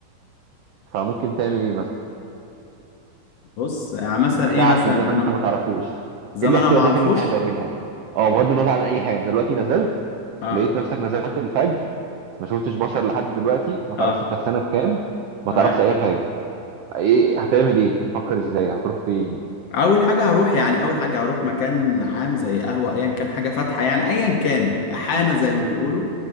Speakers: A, on the right; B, on the left.
A: فممكن تعمل ايه مثلا
B: بص يعني مثلا
A: رجعت
B: ايه مثلا
A: لزمن
B: ن-
A: انت ما تعرفوش
B: زمن
A: ايه الاحتياطات
B: انا ما اعرفوش
A: اللي انت هتعملها اه بغض النظر عن اي حاجه انت دلوقتي نزلت
B: اه
A: لقيت نفسك نزلت الفجر ما شفتش بشر لحد دلوقتي ما تعرفش
B: اه
A: انت في سنه كام ما
B: تمام
A: تعرفش اي حاجه ايه هتعمل ايه هتفكر ازاي هتروح فين
B: اول حاجه هروح يعني اول حاجه هروح مكان عام زي قهوه ايا كان حاجه فاتحه يعني ايا كان حانه زي ما بيقولوا